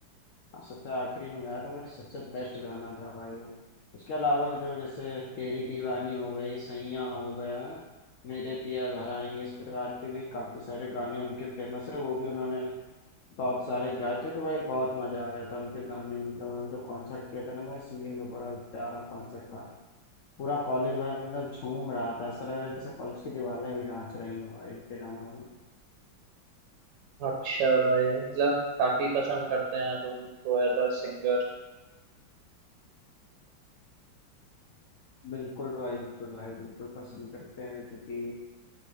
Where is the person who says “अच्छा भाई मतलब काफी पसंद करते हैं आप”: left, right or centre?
Right